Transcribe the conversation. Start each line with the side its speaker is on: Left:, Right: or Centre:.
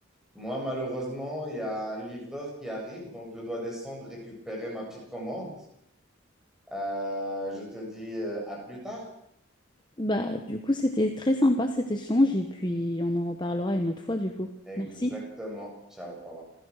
Centre: Moi, malheureusement, il y a un livreur qui arrive, donc je dois descendre récupérer ma petite commande. Euh, je te dis euh, à plus tard.
Left: bah, du coup, c'était très sympa cet échange et puis on en reparlera une autre fois du coup.
Centre: Exactement.
Left: Merci.
Centre: Ciao. Au revoir.